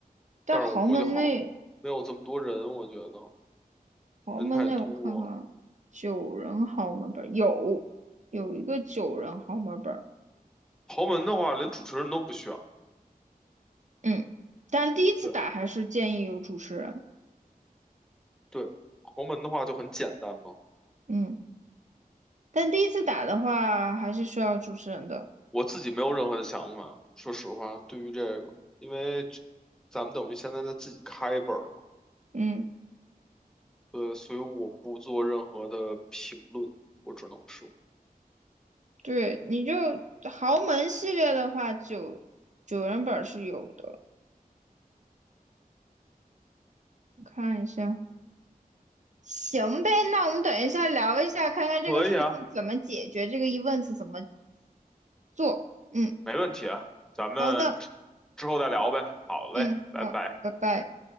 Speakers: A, on the right (about 55°); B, in the centre.
A: 但豪门那
B: 但是我估计好没有这么多人，我觉得
A: 豪门那，
B: 人太多。
A: 我看看，九人豪门本有有一个九人豪门本，
B: 豪门的话，连主持人都不选。
A: 嗯，但第一次打还是建议有主持人，
B: 对，对，豪门的话就很简单嘛。
A: 嗯，但第一次打的话还是需要主持人的，
B: 嗯我自己没有任何的想法，说实话，对于这个，因为这咱们等于现在在自己开一本儿嘛，
A: 嗯。
B: 对，所以我不做任何的评论，我只能说，
A: 对，你就豪门系列的话，九九人本是有的，我看一下。行呗，那我们等一下聊一下，看看这个事情怎么解决，
B: 可以啊，
A: 这个 events 怎么做。嗯，
B: 没问题啊，咱们之之后再聊呗。
A: 好的，
B: 好嘞，
A: 嗯，
B: 拜拜。
A: 好，拜拜。